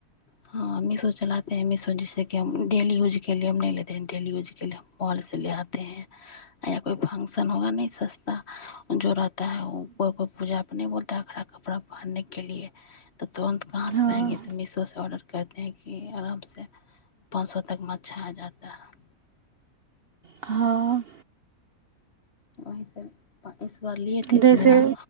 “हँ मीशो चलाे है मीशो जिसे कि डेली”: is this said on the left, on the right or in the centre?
Left